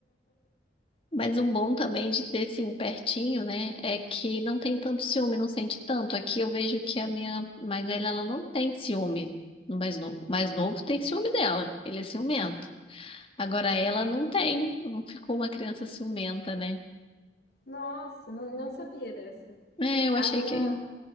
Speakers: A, on the left; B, on the left.
A: Mas um bom também de ter, assim, pertinho, né, é que não tem tanto ciúme, não sente tanto. Aqui eu vejo que a minha mais velha, ela não tem ciúme no mais novo. O mais novo tem ciúme dela, ele é ciumento. Agora ela não tem, não ficou uma criança ciumenta, né?
B: Nossa, não, não sabia dessa.
A: É, eu
B: A
A: achei
B: minha
A: que...